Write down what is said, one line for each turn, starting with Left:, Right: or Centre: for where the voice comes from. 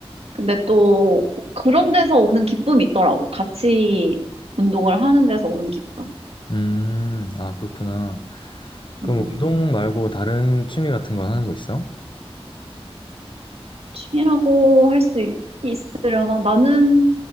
Right: 근데 또 그런 데서 오는 기쁨이 있더라고. 같이 운동을 하는 데서 오는 기쁨.
Left: 음, 아, 그렇구나. 그럼
Right: 음,
Left: 운동 말고 다른 취미 같은 건 하는 거 있어?
Right: 취미라고 할 수 있으려나? 나는